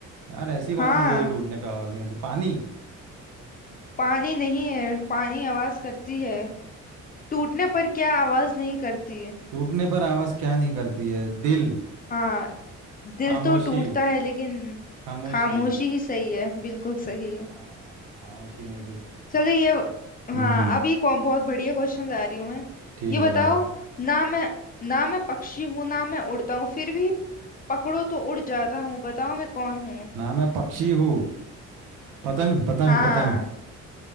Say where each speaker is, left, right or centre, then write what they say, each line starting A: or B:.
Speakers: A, on the right; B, on the left.
A: यार ऐसी कौन
B: हाँ
A: सी चीज़ है जो टूटने पर आवाज़ नहीं करती पानी
B: पानी नहीं है पानी आवाज करती है टूटने
A: हाँ
B: पर क्या आवाज नहीं करती है
A: टूटने पर आवाज़ क्या नहीं करती है दिल
B: हाँ दिल
A: खामोशी
B: तो टूटता है लेकिन
A: खामोशी
B: खामोशी ही सही है बिल्कुल सही है
A: हाँ खामोशी नहीं टूट
B: चलो ये
A: हम्म
B: हाँ अभी कौ- बहुत बढ़िया क्वेश्चन ला रही हूँ मैं
A: ठीक
B: ये बताओ
A: है ला दे
B: ना मैं ना मैं पक्षी हूँ ना मैं उड़ता हूँ फिर भी पकड़ो तो उड़ जाता हूँ बताओ मैं कौन हूँ
A: ना मैं पक्षी हूँ पतंग पतंग
B: हाँ
A: पतंग